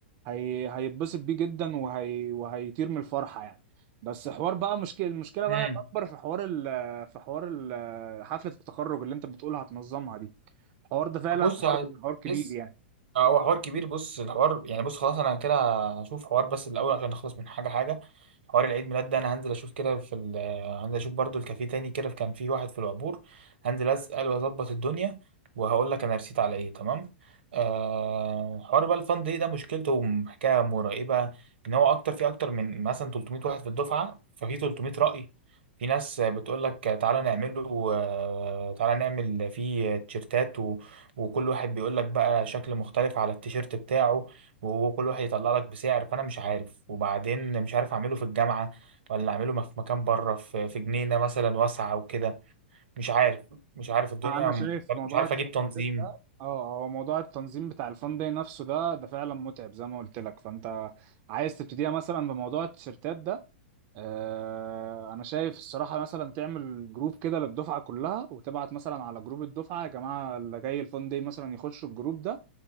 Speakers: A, on the right; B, on the right.
A: هي... هيتبسط بيه جدا وهي... وهيطير من الفرحه يعني بس حوار بقى مشكله المشكله
B: مم.
A: بقى الاكبر في حوار ال... في حوار ال... حفله التخرج اللي انت بتقولها هتنظمها دي الحوار ده فعلا
B: بص
A: حوار حوار كبير
B: لسه
A: يعني
B: اه هو حوار كبير بص الحوار يعني بص خلاص انا كده هشوف حوار بس الاول عشان نخلص من حاجه حاجه حوار العيد ميلاد ده انا هنزل اشوف كده في ال... آه، هنزل اشوف برضو الكافيه تاني كده كان فيه واحد في العبور هنزل اسال واظبط الدنيا وهقول لك انا رسيت على ايه تمام آه حوار بقى الفان داي ده مشكلته حكايه مرعبه ان هو اكتر في اكتر من مثلا 300 واحد في الدفعه ففي 300 راي في ناس بتقول لك تعالى نعمله آه، تعالى نعمل فيه تيشيرتات وكل واحد بيقول لك بقى شكل مختلف على التيشيرت بتاعه وكل واحد يطلع لك بسعر فانا مش عارف وبعدين مش عارف اعمله في الجامعة ولا اعمله في مكان بره في في جنينة مثلا واسعة وكده مش عارف مش عارف الدنيا
A: انا
B: مختلف.
A: شايف موضوع
B: مش عارف
A: التنظيم
B: اجيب تنظيم
A: ده اه هو موضوع التنظيم بتاع الفان داي نفسه ده ده فعلا متعب زي ما قلت لك فانت عايز تبتديها مثلا بموضوع التيشيرتات ده آه انا شايف الصراحه مثلا تعمل جروب كده للدفعه كلها وتبعت مثلا على جروب الدفعه يا جماعه اللي جاي الفان داي مثلا يخشوا الجروب ده